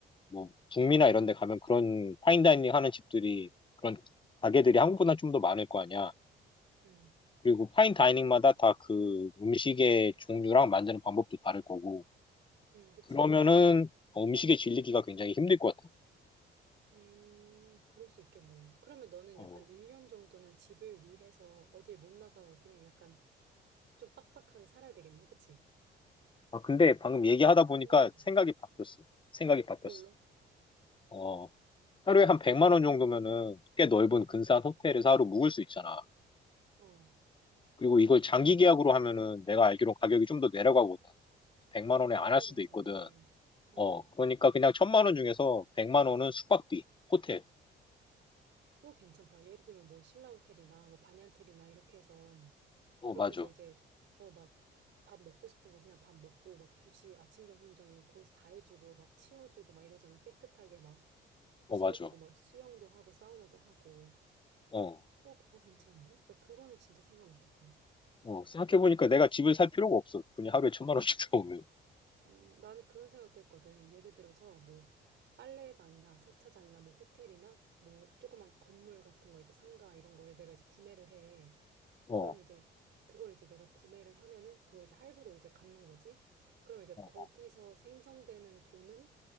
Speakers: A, on the left; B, on the right.
A: 뭐 북미나 이런 데 가면 그런 파인다이닝 하는 집들이 그런 가게들이 한국보다 좀 더 많을 거 아니야.
B: 음,
A: 그리고 파인 다이닝마다 다 그 음식의 종류랑 만드는 방법도 다를 거고,
B: 음, 그치.
A: 그러면은 음식에 질리기가 굉장히 힘들 것 같아요.
B: 음, 그럴 수 있겠네. 그러면 너는
A: 어.
B: 약간 1년 정도는 집을 위해서 어딜 못 나가고 그냥 약간 좀 빡빡하게 살아야 되겠네. 그치?
A: 아, 근데 방금
B: 300,
A: 얘기하다 보니까
B: 300만 원.
A: 생각이 바뀌었어.
B: 음.
A: 생각이 바뀌었어.
B: 뭘로?
A: 어, 하루에 한 100만 원 정도면은 꽤 넓은
B: 음,
A: 근사한 호텔에서 하루 묵을 수 있잖아.
B: 어.
A: 그리고 이걸 장기 계약으로 하면은 내가 알기로 가격이 좀 더 내려가거든. 100만
B: 아,
A: 원에
B: 그것도
A: 안 할 수도
B: 괜찮네.
A: 있거든.
B: 어,
A: 어, 그러니까 그냥 천만 원 중에서 100만 원은 숙박비, 호텔.
B: 그거 괜찮다. 예를 들면 뭐 신라호텔이나 뭐 반얀트리나 이렇게 해서
A: 어,
B: 그렇게
A: 맞아.
B: 해서 이제 어, 막 밥 먹고 싶은 거 그냥 밥 먹고 막 조식 아침 점심 저녁 거기서 다 해주고 막 치워주고 막 이러잖아. 깨끗하게 막.
A: 어,
B: 치워주고
A: 맞아.
B: 막 수영도 하고 사우나도 하고
A: 어.
B: 어 그거 괜찮은데? 나 그거는 진짜 생각 못했다.
A: 어, 생각해보니까 내가 집을 살 필요가 없어. 그냥 하루에 천만 원씩 <laughs> 들어오면.
B: 음 나는 그런 생각도 했거든. 예를 들어서 뭐 빨래방이나 세차장이나 뭐 호텔이나 뭐 조그만 건물 같은 거 이제 상가 이런 거를 내가 이제 구매를 해.
A: 어,
B: 그러면 이제 그걸 이제 내가 구매를 하면은 그걸 이제 할부로 이제 갚는 거지. 그럼 이제
A: 어.
B: 거기서 생성되는 돈은